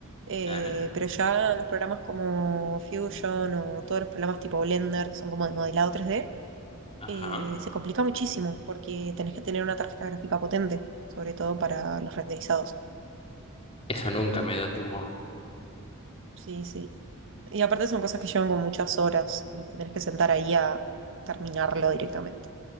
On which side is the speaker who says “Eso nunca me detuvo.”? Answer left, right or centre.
Left